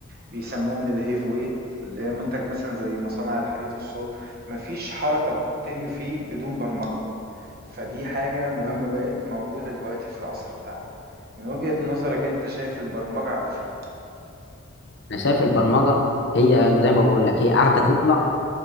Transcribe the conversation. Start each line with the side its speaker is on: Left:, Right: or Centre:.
Right: بيسموه من الهيف ويت اللي هي منتج مثلا زي مصانع الحديد والصلب مفيش حركة بتتم فيه بدون برمجة فدي حاجة مهمة بقت موجودة دلوقتي في العصر بتاعنا من وجهة نظرك انت شايف البرمجة على فين؟
Left: أنا شايف البرمجة هي زي ما بقول لك هي قاعدة تطلع